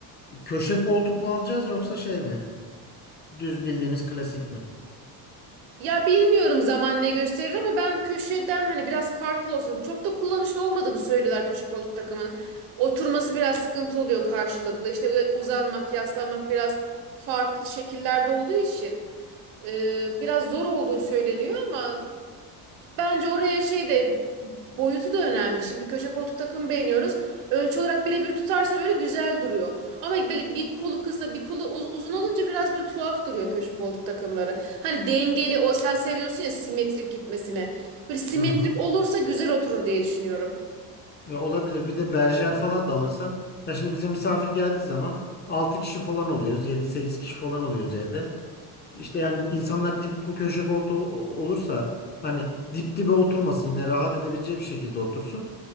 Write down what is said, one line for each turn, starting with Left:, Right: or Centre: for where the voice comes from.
Left: köşe koltuk mu alacağız yoksa şey mi? Düz bildiğimiz klasik mi?
Right: Ya bilmiyorum zaman ne gösterir ama ben köşeden hani biraz farklı olsun. Çok da kullanışlı olmadığını söylüyorlar köşe koltuk takımının. Oturması biraz sıkıntı oluyor karşılıklı. İşte uzanmak, yaslanmak biraz farklı şekillerde olduğu için e, biraz zor olduğu söyleniyor ama Bence oraya şey de boyutu da önemli. Şimdi köşe koltuk takım beğeniyoruz. Ölçü olarak birebir tutarsa böyle güzel duruyor. Ama böyle bir kolu kısa bir kolu uz- uzun olunca biraz böyle tuhaf duruyor köşe koltuk takımları. Hani dengeli o sen seviyorsun ya simetrik gitmesine. Böyle simetrik
Left: Hı hı.
Right: olursa güzel oturur diye düşünüyorum.
Left: Ya olabilir. Bir de berjer falan da alırsan. Ya şimdi bize misafir geldiği zaman 6 kişi falan oluyoruz. yedi sekiz kişi falan oluyoruz evde. İşte yani insanlar dip ku- köşe koltuğu o- olursa hani dip dibe oturmasın yine rahat edebileceği bir şekilde otursun.